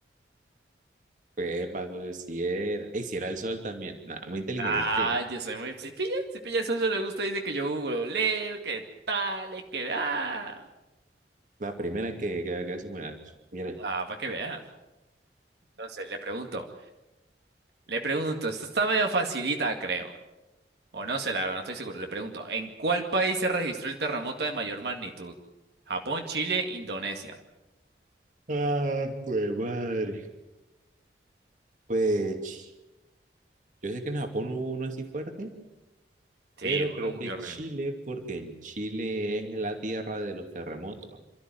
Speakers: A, on the right; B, on the right.
A: Pues, pues, si era, y si era el sol también, nada, muy inteligente.
B: Ah, yo soy muy... Si pilla, si pilla, eso se le gusta. Dice que yo googleo, que tal, y que... Ah,
A: La primera que que que se muera. Mira.
B: ah, para que vea. Entonces, le pregunto. Le pregunto. Esto está medio facilita, creo. O no sé, la verdad, no estoy seguro. Le pregunto. ¿En cuál país se registró el terremoto de mayor magnitud? Japón, Chile, Indonesia.
A: Ah, pues madre. Pues ch- yo sé que en Japón hubo uno así fuerte,
B: Sí,
A: pero creo
B: uno muy
A: que
B: horrible.
A: Chile, porque en Chile es la tierra de los terremotos.